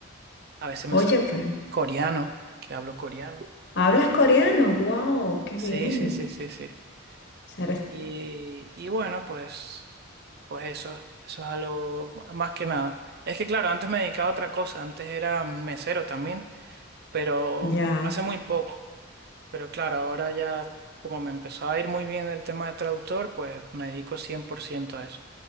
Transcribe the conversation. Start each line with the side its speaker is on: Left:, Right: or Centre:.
Right: a veces
Left: oye,
Right: me sale
Left: pero...
Right: coreano, que hablo coreano.
Left: ¿Hablas coreano? ¡Wow! ¡Qué
Right: Sí,
Left: bien!
Right: sí, sí, sí, sí.
Left: O sea, eres-
Right: Y, y bueno, pues, pues eso, eso es algo más que nada. Es que claro, antes me dedicaba a otra cosa, antes era mesero también, pero
Left: ya,
Right: hace muy poco. Pero claro, ahora ya como me empezó a ir muy bien el tema de traductor, pues me dedico 100% a eso.